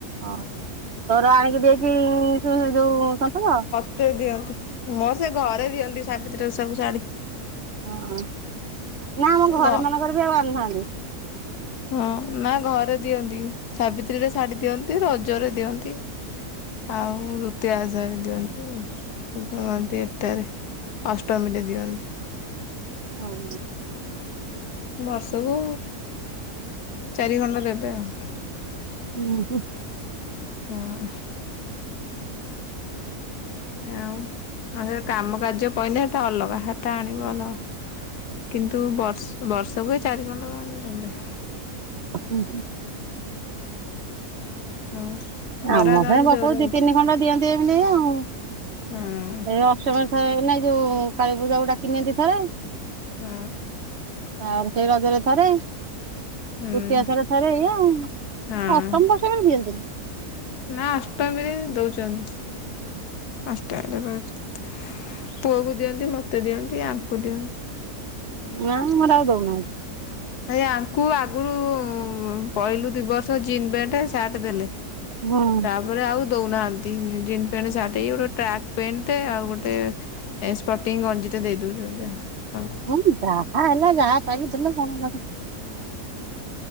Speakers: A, on the right; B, on the left.
A: ହଁ ତୋର ଆଣିକି ଦେଇଛି <unintelligible> ଯୋଉ ସନ୍ତୋଷ।
B: ତୋର ଦିଅନ୍ତି ମୋର ସେ ଘରେ ଦିଅନ୍ତି ସାବିତ୍ରୀ ଓଷାକୁ ଶାଢୀ।
A: ହଁ ନାଁ ଆମ ଘରମାନଙ୍କରେ
B: ଗ
A: ବି ଆଉ ଆଣୁନାହାନ୍ତି।
B: ହଁ ନାଁ ଘରେ ଦିଅନ୍ତି ସାବିତ୍ରୀରେ ଶାଢୀ ଦିଅନ୍ତି ରଜରେ ଦିଅନ୍ତି। ଆଉ ଦୁତିଆ ଓଷାରେ ଦିଅନ୍ତି ଉଁ କୁହନ୍ତି ଏଟାରେ ଅଷ୍ଟମୀରେ ଦିଅନ୍ତି।
A: ହଁ।
B: ବର୍ଷୁକୁ ଚାରିଖଣ୍ଡ ଦେବେ ଆଉ।
A: ହୁଁ ହୁଁ।
B: ହଁ। ଆଉ ଆଉ ଯଦି କାମ କାର୍ଯ୍ୟ ପଇଲା ହେଟା ଅଲଗା ହେଟା ଆଣିବୁ ଅଲଗା। କିନ୍ତୁ ବର୍ଷୁ ବର୍ଷୁକୁ ଚାରିଖଣ୍ଡ ଉଁ ଦେବେ।
A: ଆପଣୁଙ୍କୁ
B: ଆଉ ଖରା
A: ଆମହ
B: ତ ଆଜି
A: ବାପ
B: ଜୋରେ
A: ଦି
B: ହଉଛି
A: ତିନି ଖଣ୍ଡ ଦିଅନ୍ତିି ଏମିତି ଆଉଁ
B: ହଁ
A: ଏଇ ଅଷ୍ଟମୀରେ ଥରେ ନାଇଁ ଯୋଉ କାଳୀପୂଜାକୁ ଡାକି ନିଅନ୍ତି ଥରେ।
B: ହୁଁ।
A: ଆଉ ସେଇ ରଜେରେ ଥରେ
B: ହୁଁ
A: ଦୁତିଆ ଓଷାରେ ଥରେ ଏଇଆ ଆଉଁ
B: ହଁ
A: ଅଷ୍ଟମୀ ଫଷ୍ଟମୀରେ ଦିଅନ୍ତିନି।
B: ନା ଅଷ୍ଟମୀରେ ଦଉଚନ୍ତି। ଅଷ୍ଟମୀରେ ଦଉଛତି ପୁଅକୁ ଦିଅନ୍ତି ମତେ ଦିଅନ୍ତି ଆଙ୍କୁ ଦିଅନ୍ତି।
A: ନାଁ ମୋର ଆଉ ଦଉନାହାନ୍ତି।
B: ଏଇ ଆଙ୍କୁ ଆଗୁରୁ ପହିଲୁ ଦି ବର୍ଷ ଜିନ୍ ପ୍ୟାଣ୍ଟେ ସାର୍ଟ ଦେଲେ।
A: ହଁ।
B: ତାପରେ ଆଉ ଦଉନାହାନ୍ତି ଇଁ ଜିନ୍ ପେଣ୍ଟେ ସାର୍ଟେ ଏଇ ଗୋଟେ ଟ୍ରାକ୍ ପେଣ୍ଟେ ଆଉ ଗୋଟେ ଏ ସ୍ପଟିଂ ଗଞ୍ଜିଟେ ଦେଇ ଦେଉଛନ୍ତି ଆଉ ତାଙ୍କୁ।
A: ହଁ ଯେ ଯାହା ହେଲା ଯାହା ପାଇଲେ ଦେଲେ କଣ ହେଲା ସେଠୁ।